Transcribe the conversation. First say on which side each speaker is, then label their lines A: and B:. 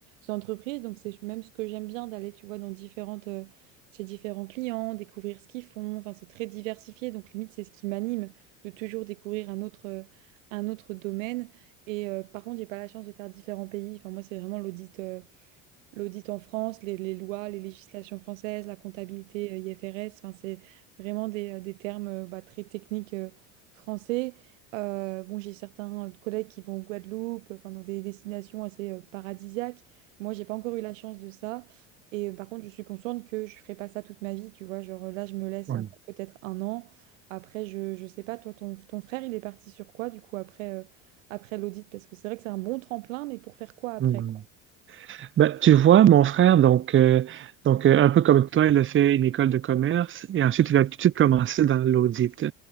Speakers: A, on the right (about 85°); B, on the right (about 30°).
A: entreprises. Donc c'est même ce que j'aime bien d'aller, tu vois, dans différentes euh, chez différents clients, découvrir ce qu'ils font. Enfin, c'est très diversifié, donc limite c'est ce qui m'anime de toujours découvrir un autre, euh, un autre domaine. Et euh, par contre, j'ai pas la chance de faire différents pays. Enfin, moi, c'est vraiment l'audit. euh, l'audit en France, les, les lois, les législations françaises, la comptabilité euh, IFRS, enfin, c'est vraiment des, euh, des termes euh, bah, très techniques euh, français. Euh, bon, j'ai certains euh, collègues qui vont au Guadeloupe, euh, enfin, dans des destinations assez euh, paradisiaques. Moi, j'ai pas encore eu la chance de ça. Et euh, par contre, je suis consciente que je ferai pas ça toute ma vie, tu vois. Genre là, je me laisse
B: Ouais.
A: encore peut-être un an. Après, je, je sais pas, toi, ton, ton frère, il est parti sur quoi, du coup, après, euh, après l'audit? Parce que c'est vrai que c'est un bon tremplin, mais pour faire quoi après,
B: Hmm.
A: quoi?
B: Ben, tu vois, mon frère, donc, euh, donc euh, un peu comme toi, il a fait une école de commerce et ensuite il a tout de suite commencé dans l'audit.